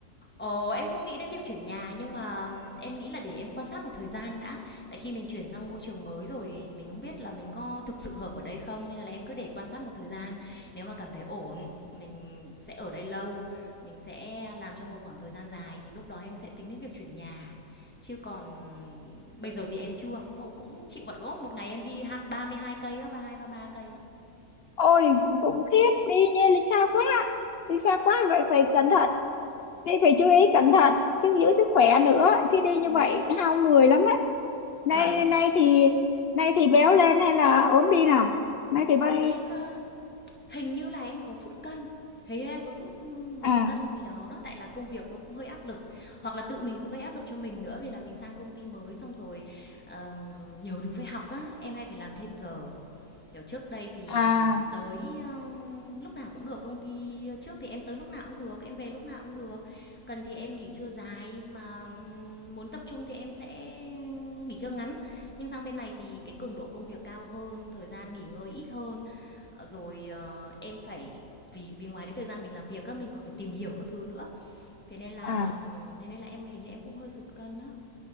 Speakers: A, in the centre; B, on the left.
A: Ờ, em cũng nghĩ đến việc chuyển nhà nhưng mà em nghĩ là để em quan sát một thời gian đã. Tại khi mình chuyển sang môi trường mới rồi mình không biết là mình có thực sự hợp ở đây không nên là em cứ để quan sát một thời gian. Nếu mà cảm thấy ổn, mình sẽ ở đây lâu, mình sẽ làm trong một khoảng thời gian dài thì lúc đó em sẽ tính đến việc chuyển nhà. Chứ còn bây giờ thì em chưa. Tôi cũng chịu vậy đó, một ngày em đi ha- 32 cây á, ba ba mươi hai ba mươi ba cây á.
B: Ôi khủng khiếp đi nha đi xa quá đi xa quá vậy phải cẩn thận đi phải chú ý cẩn thận sức giữ sức khỏe nữa chứ đi như
A: Ừ.
B: vậy hao người lắm á nay
A: Vâng.
B: nay thì nay thì béo lên hay là ốm đi nào nay thì bao
A: Em ờ, Hình như là em có sút cân, hình như em có sút một
B: à
A: cân gì đó đó tại là công việc nó cũng hơi áp lực hoặc là tự mình cũng gây áp lực cho mình nữa vì là mình sang công ty mới xong rồi ờm, nhiều thứ phải học á em hay phải làm thêm giờ Kiểu, trước đây thì
B: à
A: tới, ơ, lúc nào cũng được, công ty trước thì em tới lúc nào cũng được, em về lúc nào cũng được. Cần thì em nghỉ trưa dài, mà, ừm, muốn tập trung thì em sẽ nghỉ trưa ngắn. Nhưng sang bên này thì cái cường độ công việc cao hơn, thời gian nghỉ ngơi ít hơn, ờ, rồi, ờ, em phải vì vì ngoài cái thời gian mình làm việc á, mình còn phải tìm hiểu các thứ nữa, thế nên là
B: à
A: thế nên là em hình như em cũng hơi sụt cân á.